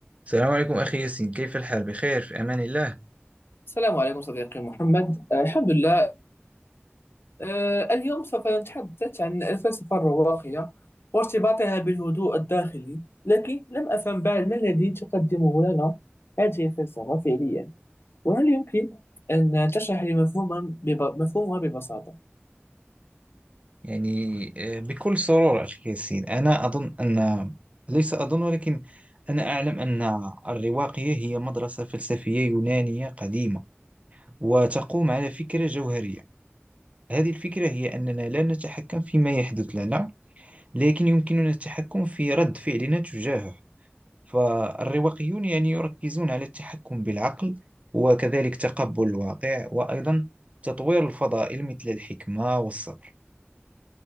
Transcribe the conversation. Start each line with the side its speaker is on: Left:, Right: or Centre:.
Right: السلام عليكم أخي ياسين كيف الحال بخير في أمان الله
Left: السلام عليكم صديقي محمد آه، الحمد لله آه، اليوم سوف نتحدث عن الفلسفة الرواقية وارتباطها بالهدوء الداخلي لكن لم أفهم بعد ما الذي تقدمه لنا هذه الفلسفة فعليا وهل يمكن أن تشرح لي مفهومها بب... مفهومها ببساطة؟
Right: يعني آه، بكل سرور أخي ياسين أنا أظن أن ليس أظن ولكن أنا أعلم أن الرواقية هي مدرسة فلسفية يونانية قديمة وتقوم على فكرة جوهرية هذه الفكرة هي أننا لا نتحكم فيما يحدث لنا لكن يمكننا التحكم في رد فعلنا تجاهه فالرواقيون يعني يركزون على التحكم بالعقل وكذلك تقبل الواقع وأيضا تطوير الفضائل مثل الحكمة والصبر